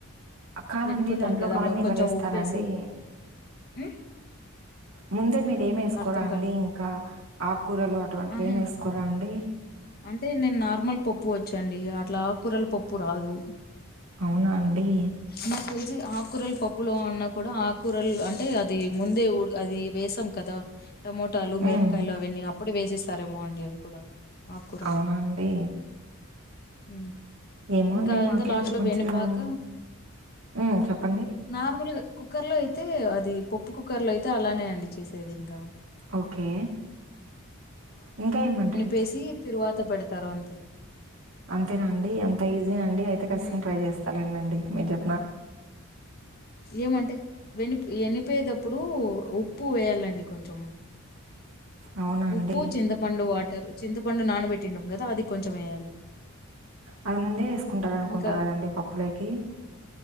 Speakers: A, on the right; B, on the left.
A: కాదండి
B: వెనుపుతారు
A: దాంట్లోకి
B: కదా
A: అవన్నీ
B: అలా కొంచెం
A: ఎవరేస్తారండి
B: ఉప్పేసి హ్మ్?
A: ముందే మీరు ఏం వేసుకోరా
B: అర్థం
A: అండి
B: కాలేదు
A: ఇంకా ఆకురాలు అటువంటివి
B: ఆహా
A: ఏమి వేసుకోరా అండి
B: అంటే నేను నార్మల్ పప్పు వచ్చండి అట్లా ఆక్కూరల పప్పు రాదు
A: అవునా అండి
B: నా తెలిసి ఆకూరలు పప్పులో అన్నా కూడా ఆకూరలు అంటే అది ముందే అది వేస్ స్తాం కదా టమోటాలు
A: హ్మ్.
B: మిరపకాయలు అవన్నీ అప్పుడే వేసేస్తారేమో అండి అవి కూడా ఆకుకూరలు
A: అవునండి
B: హ్మ్.
A: ఏమో
B: ఇంకా
A: అండి
B: అదంతా
A: మాకే
B: లాస్ట్
A: అంత
B: లో
A: మంచిగా
B: వెనుపాక
A: రాదూ ఉమ్ చెప్పండి
B: నార్మల్గా కుక్కర్ లో అయితే అది పప్పు కుక్కర్ లో అయితే అలానే అండి చేసేది ఇంకా
A: ఓకే ఇంకా ఏమంటారు
B: వేసి తిరువాత పెడతారు అంతే
A: అంతేనఅండి అంత ఈజీనా అండి అయితే ఖచ్చితంగా
B: ఉమ్
A: ట్రై చేస్తాండి
B: ఉమ్
A: మీరు చె
B: ఏమంటే వెని ఎనిపేటప్పుడు ఉప్పు వేయాలండి కొంచెం
A: అవునా అండి?
B: ఉప్పు చింతపన్ పండు వాటర్ చింతపండు నానబట్టిండం కదా అది కొంచెం వయాలి
A: అది ముందే వేసుకుంటారు అనుకుంటా
B: ఇంకా
A: కదండి పప్పులొకి